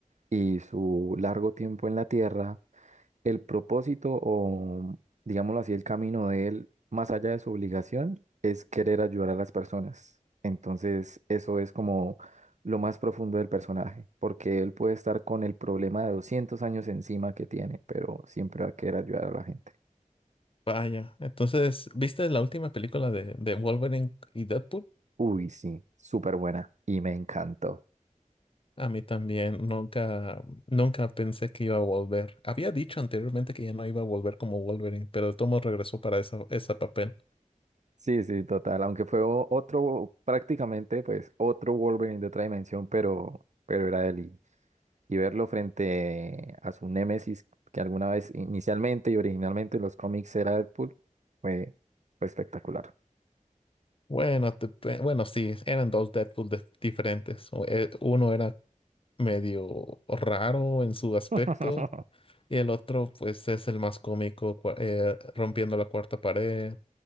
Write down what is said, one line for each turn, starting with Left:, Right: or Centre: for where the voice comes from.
Right: y su largo tiempo en la Tierra, el propósito o, digámoslo así, el camino de él, más allá de su obligación, es querer ayudar a las personas. Entonces, eso es como lo más profundo del personaje, porque él puede estar con el problema de 200 años encima que tiene, pero siempre va a querer ayudar a la gente.
Left: Vaya, entonces, ¿viste la última película de, de Wolverine y Deadpool?
Right: Uy, sí, súper buena y me encantó.
Left: A mí también nunca, nunca pensé que iba a volver. Había dicho anteriormente que ya no iba a volver como Wolverine, pero el tomo regresó para esa, ese papel.
Right: Sí, sí, total, aunque fue o- otro, prácticamente, pues, otro Wolverine de otra dimensión, pero, pero era él y verlo frente a su némesis que alguna vez inicialmente y originalmente en los cómics era Deadpool fue, fue espectacular.
Left: Bueno, te pe- bueno, sí, eran dos Deadpool de- diferentes. O, eh, Uno era medio raro en su aspecto.
Right: <laughs>
Left: Y el otro, pues, es el más cómico, cua- eh, rompiendo la cuarta pared,